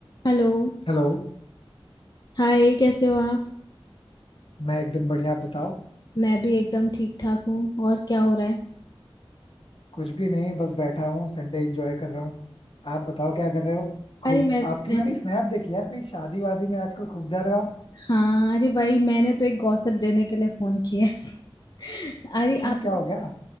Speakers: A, on the left; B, on the left.
A: Hello
B: Hello
A: Hi कैसे हो आप
B: मैं एकदम बढ़िया आप बताओ
A: मैं भी एकदम ठीक ठाक हूँ और क्या हो रहा है
B: कुछ भी नहीं बस बैठा हूँ संडे एंजॉय कर रहा हूँ आप बताओ क्या कर रहे हो
A: अरे
B: खूब
A: मैं,
B: आपकी
A: मैं
B: मैंने स्नैप देखी यार कहीं शादी वादी में आजकल खूब जा रहे हो आप
A: हाँ अरे भाई मैंने तो एक गॉसिप देने के लिए फोन किया है। <laughs> अरे
B: क्यों
A: आपको
B: क्या हो गया